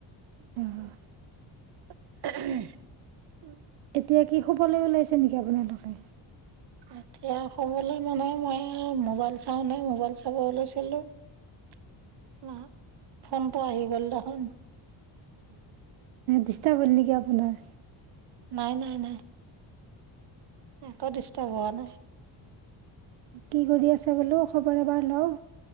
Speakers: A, on the right (about 75°); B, on the right (about 55°).
A: অঁ
B: <unintelligible>
A: এতিয়া কি শুবলৈ ওলাইছে নেকি আপোনালোকে?
B: এতিয়া হবলৈ মানে মই আৰু মোবাইল চাওঁনে মোবাইল চাব লৈছিলো, ফোনটো আহি গ'ল দেখোন।
A: ডিষ্টাৰ্ব হ'ল নেকি আপোনাৰ?
B: নাই- নাই- নাই। একো ডিষ্টাৰ্ব হোৱা নাই।
A: কি কৰি আছা বোলো খবৰ এবাৰ লও।